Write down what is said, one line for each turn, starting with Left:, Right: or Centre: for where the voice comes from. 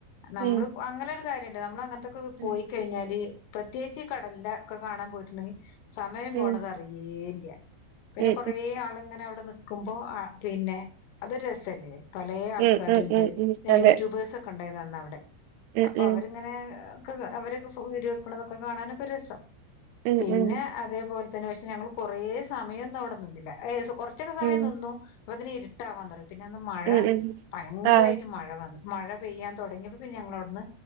Left: നമ്മൾ
Right: ഉം
Left: അങ്ങനെയൊരു ന്നെ കാര്യയൊണ്ട് നമ്മൾ അങ്ങനായത്തെ ഒക്കെ
Right: ഉം
Left: പൊയ്ക്കഴിഞ്ഞല് പ്രത്യേകിച്ച് ഈ കടലിന്റെയൊക്കെ കാണാൻ പോയിട്ടുണ്ടെങ്കിൽ സമയം പോണത്
Right: ഉം
Left: അറിയേ ഇല്ല ഇല്ലാ പിന്നെ
Right: ഉം
Left: കുറെ ആൾ ഇങ്ങനെ അവിടെ നിക്ക് കുമ്പോ പിന്നെ അതൊരു രസാ അല്ലെ പലയെ ആള്ക്കാര്ണ്ട്
Right: ഉം ഉം ഉം ഉം ഉം
Left: പിന്നെ
Right: അതെ
Left: യൂടുബേർസ് ഏതാനവിടെ
Right: ഉം
Left: അപ്പൊ
Right: ഉം
Left: അവരിങ്ങനെ അവരൊക്കെ വീഡിയോ എടുക്കുന്നത് കാണാനൊക്കെ രസം
Right: ഉം
Left: പിന്നെ
Right: ഉം
Left: അതേപോലെ പക്ഷെ ഞങ്ങൾ കുറെ സമയമൊന്നും അവിടെ നിന്നില്ല കുറച്ച് സമയം
Right: ഉം
Left: നിന്നും അതിനു ഇരുട്ടാ പന്ത്രണ്ട് പിന്നെ ഒന്ന് മഴ
Right: ഉം ഉം
Left: ഭയങ്കരമായിട്ട
Right: ആഹ്
Left: മഴ വന്ന് മഴ പെയ്യാൻ തുടങ്ങിയപ്പോ പിന്നെ ഞങ്ങൾ അവിടുന്ന്